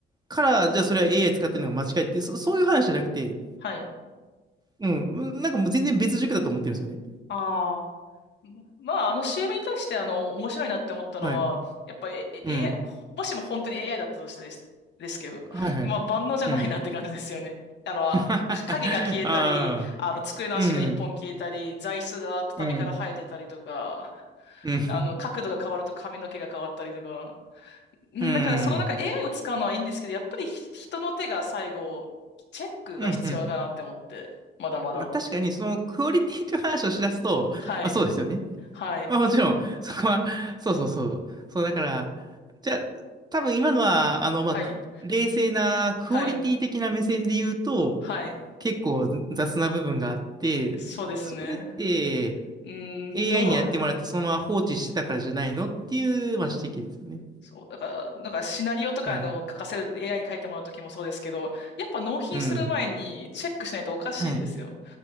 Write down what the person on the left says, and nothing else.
はい。
ああ。まあ、あの CM に対して、あの、面白いなって思ったのは、
やっぱ、え、え
AI、もしも本当に AI だったとしてです、ですけど、
まあ、万能じゃないなって感じですよね。
あの、か影が消えたり、
あの、机の足が一本消えたり、
座椅子が畳から生えてたりとか、
あの、角度が変わると髪の毛が変わったりとか。んだから、
そのなんか AI を使うのはいいんですけど、やっぱりひ人の手が最後、チェックが必要かなって思って、
まだまだ。
はい、はい、
はい、
はい、はい。
そうですね。
うん、
の、
そう、だから、なんかシナリオとかの書かせる
AI に書いてもらうときもそうですけど、やっぱ納品する前にチェックしないとおかしいんですよ。